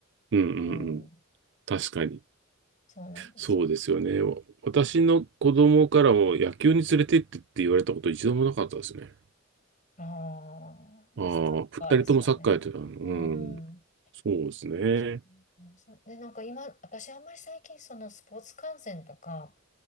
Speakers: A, on the right (about 55°); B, on the left (about 40°).
A: うんうんうん。
B: うん、
A: 確かに。
B: そうなんですよ。
A: そうですよね。私の子供からも野球に連れてってって言われたこと一度もなかったですね。
B: ああ、
A: ああ、
B: サッカーですよね。
A: 二人ともサッカーやってたの。うん。
B: うん。
A: そうですね。
B: そうですねそうで、なんか今、私あんまり最近、そのスポーツ観戦とか、